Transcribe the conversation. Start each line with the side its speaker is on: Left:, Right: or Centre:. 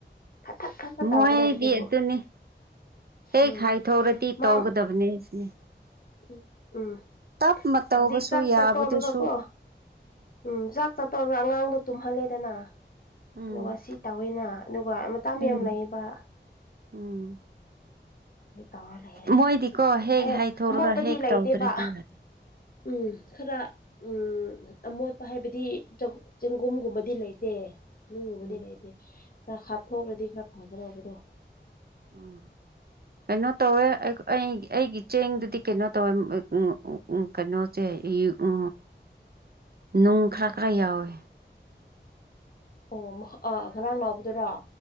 Left: ꯐꯠꯊꯠ ꯐꯠꯄ ꯇꯧꯒꯗꯧꯕꯗꯨꯕꯨ
Right: ꯃꯣꯏꯗꯤ ꯑꯗꯨꯅꯤ ꯍꯦꯛ
Left: ꯎꯝ
Right: ꯈꯥꯏꯊꯣꯛꯔꯗꯤ
Left: ꯃꯥ
Right: ꯇꯧꯒꯗꯕꯅꯦ ꯁꯤꯅꯤ
Left: ꯎꯝ ꯎꯝ
Right: ꯇꯞꯅ ꯇꯧꯕꯁꯨ
Left: ꯍꯧꯖꯤꯛ ꯆꯥꯛ
Right: ꯌꯥꯕꯗꯨꯁꯨ
Left: ꯆꯥꯠꯇꯧꯔꯒꯀꯣ ꯎꯝ ꯆꯥꯛ ꯆꯠꯇꯧꯒ ꯑꯉꯥꯡꯗꯣ ꯇꯨꯝꯍꯜꯂꯦꯗꯅ
Right: ꯎꯝ
Left: ꯑꯗꯨꯒ ꯁꯤ ꯇꯧꯋꯦꯅ ꯑꯗꯨꯒ ꯃꯇꯥ ꯌꯥꯝ
Right: ꯎꯝ
Left: ꯂꯩꯌꯦꯕ
Right: ꯎꯝ
Left: ꯇꯧꯔ ꯂꯩꯔꯦ
Right: ꯃꯣꯏꯗꯤꯀꯣ ꯍꯦꯛ
Left: ꯍꯦ
Right: ꯍꯥꯏꯊꯣꯔꯒ
Left: ꯑꯃꯣꯠꯇꯗꯤ
Right: ꯍꯦꯛ
Left: ꯂꯩꯇꯦꯕ
Right: ꯇꯧꯗ꯭ꯔꯗꯤ ꯌꯥꯗꯦ
Left: ꯎꯝ ꯈꯔ ꯎꯝ ꯑꯃꯣꯠꯄ ꯍꯥꯏꯕꯗꯤ ꯆꯦꯡꯒꯨꯝꯒꯨꯝꯕꯗꯤ ꯂꯩꯇꯦ ꯅꯨꯡꯒꯨꯝꯕꯗꯤ
Right: ꯎꯝ
Left: ꯂꯩꯇꯦ ꯈꯔ ꯍꯥꯞꯊꯣꯛꯎꯂꯗꯤ ꯈꯔ ꯐꯒꯗꯧꯕꯗꯣ
Right: ꯎꯝ ꯀꯩꯅꯣ ꯇꯧꯋꯦ ꯑꯩ ꯑꯩꯒꯤ ꯆꯦꯡꯗꯨꯗꯤ ꯀꯩꯅꯣ ꯇꯧꯋꯦ ꯎ ꯎ ꯀꯩꯅꯣꯁꯦ ꯎ ꯅꯨꯡ ꯈꯔ ꯈꯔ ꯌꯥꯎꯋꯦ
Left: ꯑꯣ ꯑꯥ ꯉꯔꯥꯡ ꯅꯥꯎꯕꯗꯨꯔꯣ